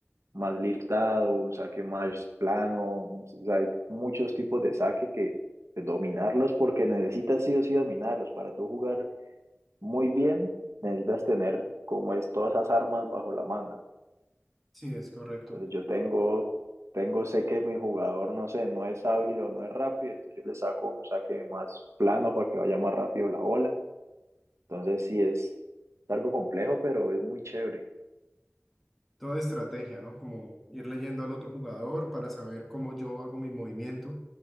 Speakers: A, on the right (about 80°); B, in the centre.
A: más liftado, un saque más plano, un- o sea, hay muchos tipos de saque que pues, dominarlos porque necesitas sí o sí dominarlos. Para tú jugar muy bien, necesitas tener como es todas esas armas bajo la manga.
B: sí, es correcto.
A: Entonces yo tengo, tengo, sé que mi jugador, no sé, no es hábil o no es rápido, entonces yo le saco un saque más plano para que vaya más rápido la bola. Entonces sí es algo complejo, pero es muy chévere.
B: toda estrategia, ¿no? Como ir leyendo al otro jugador para saber cómo yo hago mi movimiento.